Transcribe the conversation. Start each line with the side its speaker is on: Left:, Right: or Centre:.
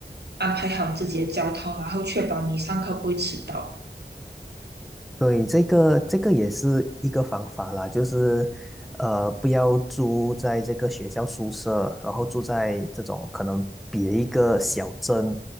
Right: 安排好自己的交通，然后确保你上课不会迟到。
Centre: 对，这个这个也是一个方法啦，就是呃，不要住在这个学校宿舍，然后住在这种可能别一个小镇，